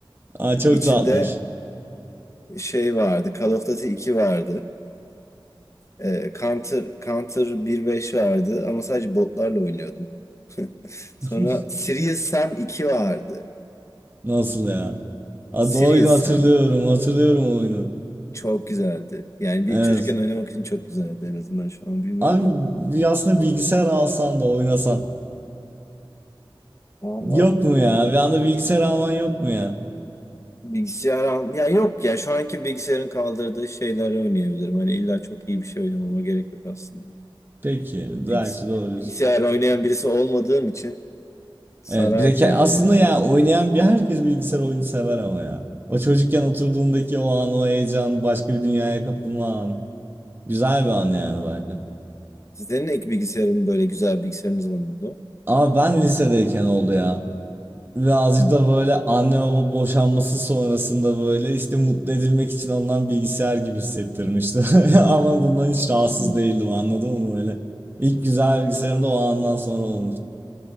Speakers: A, on the right (about 25°); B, on the left (about 35°).
A: Aa, çok
B: İçinde
A: tatlıymış.
B: şey vardı. Call of Duty 2 vardı. Ee, Counter, Counter 1.5 vardı ama sadece botlarla oynuyordum. <laughs> Sonra
A: <laughs>
B: Serious Sam 2 vardı.
A: Nasıl ya? Adı
B: Serious
A: oyunu hatırlıyorum.
B: Sam
A: Hatırlıyorum o oyunu.
B: çok güzeldi. Yani bir
A: Evet.
B: çocukken oynamak için çok güzeldi en azından şu an bilmiyorum
A: Abi
B: da.
A: bir aslında bilgisayar alsan da oynasan.
B: Valla
A: Yok mu ya? Bir anda bilgisayar alman yok mu ya?
B: bilgisayar al... Ya yok ya şu anki bilgisayarın kaldırdığı şeyleri oynayabilirim. Hani illa çok iyi bir şey oynamama gerek yok aslında.
A: Peki. Belki
B: Bilgis
A: doğru diyorsun.
B: bilgisayar oynayan birisi olmadığım için sarar
A: Evet. Bir de ke-
B: yani
A: aslında
B: beni artık.
A: ya oynayan bir herkes bilgisayar oyunu sever ama ya. O çocukken oturduğundaki o an, o heyecan, başka bir dünyaya kapılma anı. Güzel bir an yani bence.
B: Sizin ek bilgisayarın böyle güzel bilgisayarınız var mıydı?
A: Ama ben lisedeyken oldu ya. Birazcık
B: Hı.
A: da böyle anne baba boşanması sonrasında böyle işte mutlu edilmek için alınan bilgisayar gibi hissettirmişti. <laughs> Ama bundan hiç rahatsız
B: Hı.
A: değildim anladın mı böyle. İlk güzel bilgisayarım da o andan sonra olmuştu.